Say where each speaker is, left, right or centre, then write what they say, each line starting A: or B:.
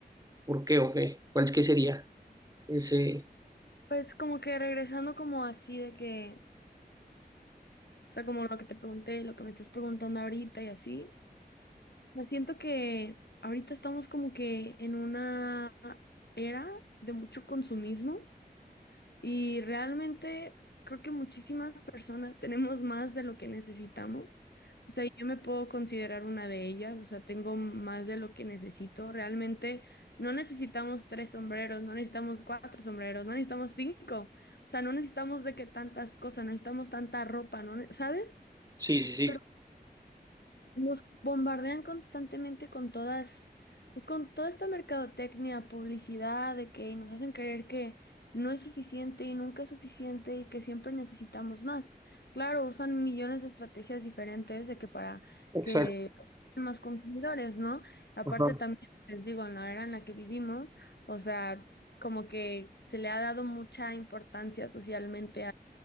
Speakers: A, on the right (about 20°); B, on the left (about 90°).
A: ¿por qué o qué? ¿Cuál es que sería ese?
B: Pues como que regresando como así de que, o sea, como lo que te pregunté, lo que me estás preguntando ahorita y así, me siento que ahorita estamos como que en una era de mucho consumismo. Y realmente creo que muchísimas personas <laughs> tenemos más de lo que necesitamos. O sea, yo me puedo considerar una de ellas, o sea, tengo más de lo que necesito. Realmente no necesitamos tres sombreros, no necesitamos cuatro sombreros, no necesitamos cinco. O sea, no necesitamos de que tantas cosas, no necesitamos tanta ropa, ¿no? ne- ¿Sabes?
A: Sí, sí, sí.
B: Pero nos bombardean constantemente con todas, pues con toda esta mercadotecnia, publicidad, de que y nos hacen creer que no es suficiente y nunca es suficiente y que siempre necesitamos más. Claro, usan millones de estrategias diferentes de que para
A: Exacto.
B: que más consumidores, ¿no? Aparte
A: Ajá,
B: también, les digo, en la era en la que vivimos, o sea, como que se le ha dado mucha importancia socialmente